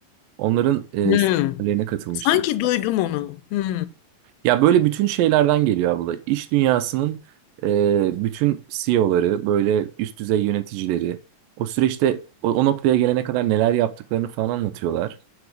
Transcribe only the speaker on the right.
Onların e,
seminerlerine katılmıştım.
Ya böyle bütün şeylerden geliyor abla. İş dünyasının e, bütün CEO'ları, böyle üst düzey yöneticileri o süreçte o, o noktaya gelene kadar neler yaptıklarını falan anlatıyorlar.